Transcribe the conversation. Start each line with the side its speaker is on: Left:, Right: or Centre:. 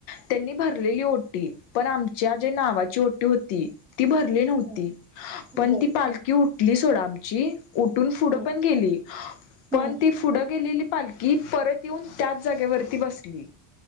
Left: त्यांनी भरलेली ओटी. पण आमच्या जे नावाची ओटी होती. ती भरली नव्हती
Centre: हा,
Left: पण
Centre: बर
Left: ती पालखी
Centre: हा,
Left: उठली सोडा आमची. उठून पुढं
Centre: हम्म
Left: पण गेली
Centre: हम्म
Left: पण ती पुढं गेली. ली पालखी परत येऊन त्याच जागेवरती बसली.